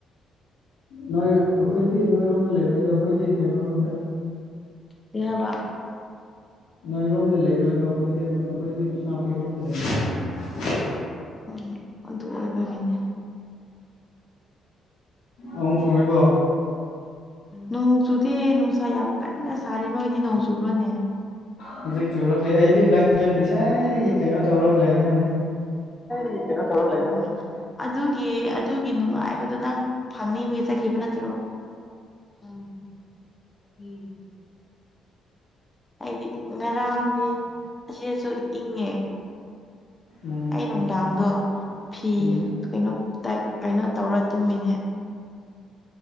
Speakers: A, on the left; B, on the left.
A: ꯅꯣꯏ ꯑꯈꯣꯏ ꯗꯤ ꯅꯣꯏꯔꯣꯝꯗ ꯂꯩꯔꯣꯏꯗ ꯑꯩꯈꯣꯏꯗꯤ ꯀꯩꯅꯣꯔꯣꯝꯗ
B: ꯀꯩ ꯍꯥꯏꯕ
A: ꯅꯣꯏꯔꯣꯝꯗ ꯂꯩꯔꯣꯏꯕ ꯑꯩꯈꯣꯏꯗꯤ ꯑꯩꯈꯣꯏꯗꯤ ꯁꯅꯥꯄꯤꯔꯣꯝꯗ ꯂꯩ
B: ꯑ ꯑꯗꯨ ꯑꯣꯏꯕꯒꯤꯅꯦ
A: ꯎꯝ ꯆꯨꯔꯤꯕꯣ
B: ꯅꯅꯨꯡꯣꯡꯁꯨꯗꯤ ꯅꯨꯡꯁ ꯌꯥꯝ ꯀꯟꯅ ꯁꯥꯔꯦ ꯅꯣꯏꯗꯤ ꯅꯣꯡ ꯆꯨꯕ꯭ꯔꯣꯅꯦ
A: ꯍꯧꯖꯤꯛ ꯆꯨꯔꯛꯂ ꯑꯩꯗꯤ ꯕ꯭ꯂꯦꯡꯀꯦꯠꯀꯤꯁꯥꯏꯗꯒꯤ ꯀꯩꯅꯣ ꯇꯧꯔꯒ ꯂꯩꯅꯦ
B: ꯀꯔꯤꯒꯤ ꯀꯩꯅꯣ ꯊꯧꯔ ꯂꯩꯅ ꯑꯗꯨꯒꯤ ꯑꯗꯨꯒꯤ ꯅꯨꯡꯉꯥꯏꯕꯗꯣ ꯅꯪ ꯐꯪꯅꯤꯡꯒ ꯆꯠꯈꯤꯕ ꯅꯠꯇ꯭ꯔꯣ ꯎꯝ ꯎꯝ ꯑꯩꯗꯤ ꯉꯔꯥꯡꯗꯤ ꯑꯁꯤꯁꯨ ꯏꯪꯉꯦ
A: ꯎꯝ
B: ꯑꯩ ꯅꯨꯡꯗꯥꯡꯗꯣ ꯐꯤ
A: ꯎꯝ
B: ꯀꯩꯅꯣ ꯇꯥꯏ ꯀꯩꯅꯣ ꯇꯧꯔ ꯇꯨꯃꯤꯅꯦ